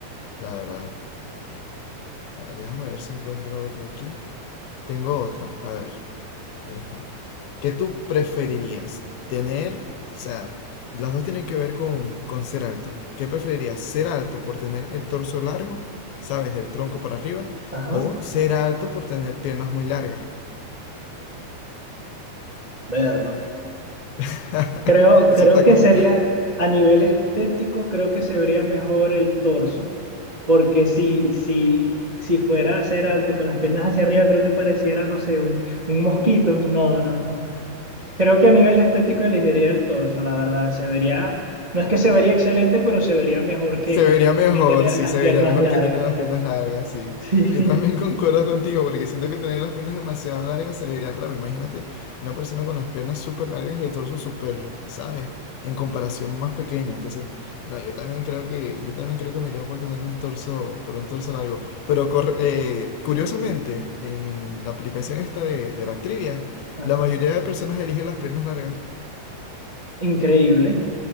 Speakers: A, on the left (about 75°); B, on the right (about 50°).
A: la verdad. A ver, déjame ver si encuentro otra aquí. Tengo otra, a ver. eh, ¿Qué tú preferirías? Tener, o sea, las dos tienen que ver con, con ser alto. ¿Qué preferirías? ¿Ser alto por tener el torso largo, sabes, del tronco para arriba?
B: Ajá,
A: ¿O ser alto por tener piernas muy largas?
B: verlo.
A: <laughs>
B: Creo,
A: Eso
B: creo
A: está
B: que
A: complicado.
B: sería, a nivel estético, creo que se vería mejor el torso, porque si, si, si fuera a ser alto con las piernas hacia arriba, creo que pareciera, no sé, un, un mosquito. No, no, no. Creo que a nivel estético elegiría el torso, la verdad. Se vería, no es que se vería excelente, pero se vería mejor que,
A: Se vería mejor,
B: que tener
A: sí,
B: las
A: se
B: piernas
A: vería mejor
B: largas,
A: que tener las
B: la
A: piernas
B: verdad.
A: largas, sí.
B: <laughs>
A: Yo también <laughs> concuerdo contigo porque siento que tener las piernas demasiado largas se vería raro. Imagínate una persona con las piernas súper largas y el torso súper, ¿sabes? En comparación más pequeño. Entonces, no, yo también creo que, yo también creo que me iría por tener un torso, por un torso largo. Pero cor- eh, curiosamente, en la aplicación esta de, de la trivia,
B: Ajá.
A: la mayoría de personas elige las piernas largas.
B: Increíble.